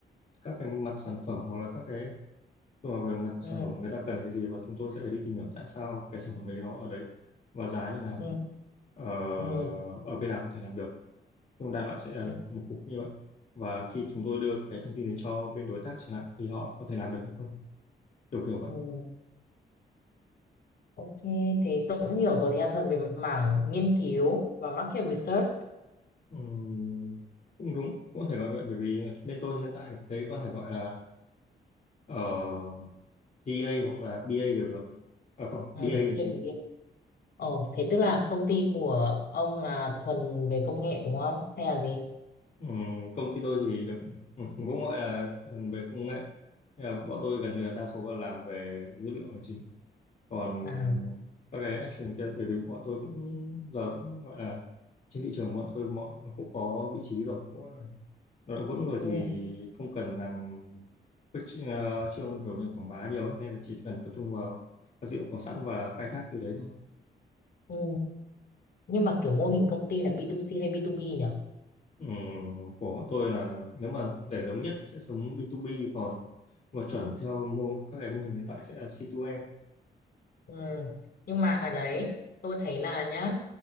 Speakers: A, on the left; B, on the left.
A: các cái mặt sản phẩm hoặc là các cái tức là về mặt
B: Ừ.
A: sản phẩm người ta cần cái gì và chúng tôi sẽ phải đi tìm hiểu tại sao cái sản phẩm đấy nó ở đấy và giá như nào
B: Ừ.
A: Ờ,
B: Ừ.
A: ở bên nào có thể làm được Nhưng đại loại sẽ là
B: ừ,
A: một cục như vậy và khi chúng tôi đưa cái thông tin này cho bên đối tác chẳng hạn thì họ có thể làm được hay không kiểu kiểu vậy
B: ừ. Ok, thế tôi cũng hiểu rồi. Thế là thuần về mảng nghiên cứu và market research.
A: Ừm, cũng đúng cũng có thể gọi vậy bởi vì bên tôi hiện tại đấy có thể gọi là uh, DA hoặc là BA đều được à không
B: Ừ.
A: DA là
B: Tôi hiểu,
A: chính
B: tôi hiểu. Ồ, thế tức là công ty của ông là thuần về công nghệ đúng không? Hay là gì?
A: Ừm, công ty tôi thì được <laughs> cũng gọi là về công nghệ Thế là bọn tôi gần như là đa số là làm về dữ liệu là chính còn
B: À,
A: các cái action kia bởi vì bọn tôi cũng giờ cũng gọi là trên thị trường bọn tôi mọi cũng có vị trí rồi cũng, nó đã vững rồi
B: ừ.
A: thì không cần làm khuếch uh, trương kiểu như quảng bá nhiều ấy, nên là chỉ cần tập trung vào các dữ liệu có sẵn và khai thác từ đấy thôi
B: Ừ. Nhưng mà kiểu mô hình công ty là B2C hay B2B nhỉ?
A: Ừm, của bọn tôi là nếu mà để giống nhất thì sẽ giống B2B còn mà chuẩn theo mô, các cái mô hình hiện tại sẽ là C2M
B: Ừ. Nhưng mà đấy tôi thấy là nhá